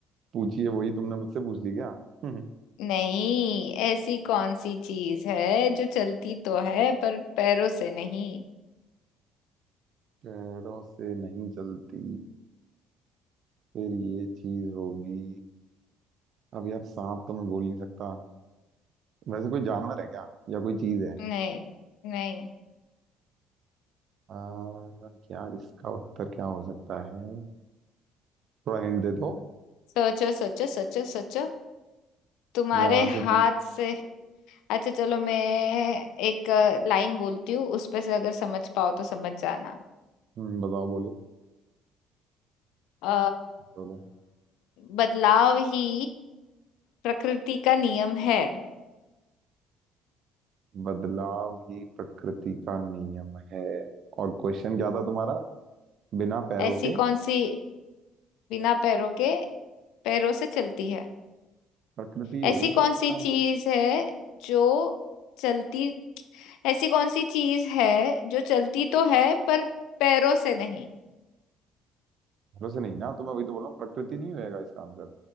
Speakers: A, on the right; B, on the left.
A: पूछी है वही तुमने मुझसे पूछ ली क्या हम्म,
B: नहीं ऐसी कौन सी चीज है जो चलती तो है पर पैरों से नहीं
A: पैरों से नहीं चलती फिर ये चीज होगी अब यार सांप तो मैं बोल नहीं सकता वैसे कोई जानवर है क्या या कोई चीज है
B: नहीं नहीं
A: आ, यार इसका उत्तर क्या हो सकता है थोड़ा हिंट दे दो
B: सोचो सोचो सोचो सोचो तुम्हारे
A: यार सच
B: हाथ
A: में।
B: से अच्छा चलो मैं एक लाइन बोलती हूँ उस पे से अगर समझ पाओ तो समझ जाना
A: हम्म, बताओ बोलो
B: अ
A: बोलो
B: बदलाव ही प्रकृति का नियम है
A: बदलाव ही प्रकृति का नियम है और क्वेश्चन क्या था तुम्हारा बिना पैरों
B: ऐसी
A: के
B: कौन सी बिना पैरों के पैरों से चलती है
A: प्रकृति होगी
B: ऐसी कौन
A: शायद
B: सी
A: इसका
B: चीज
A: आंसर
B: है जो चलती ऐसी कौन सी चीज है जो चलती तो है पर पैरों से नहीं
A: पैरों से नहीं ना तो मैं वही तो बोल रहा हूँ प्रकृति नहीं होएगा इसका आंसर